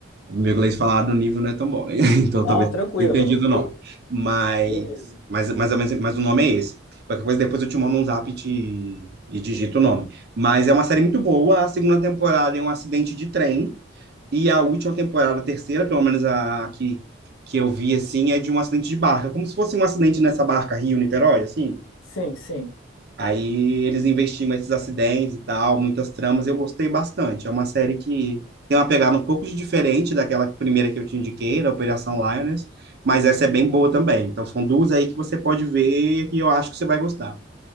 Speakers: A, on the right; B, on the left.
A: O meu inglês falado no nível não é tão bom, né? <laughs> Então
B: Não,
A: talvez não
B: tranquilo.
A: tenha entendido,
B: Eu,
A: não. Mas,
B: beleza.
A: mas, mas, mas, mas o nome é esse. Qualquer coisa, depois eu te mando um zap e, te- e digito o nome. Mas é uma série muito boa. A segunda temporada é um acidente de trem. E a última temporada, a terceira, pelo menos a que, que eu vi, assim, é de um acidente de barca. Como se fosse um acidente nessa barca Rio-Niterói, assim.
B: Sim, sim.
A: Aí eles investigam esses acidentes e tal, muitas tramas. Eu gostei bastante. É uma série que tem uma pegada um pouco de diferente daquela primeira que eu te indiquei, da Operação Lioness, mas essa é bem boa também. Então são duas aí que você pode ver e eu acho que você vai gostar.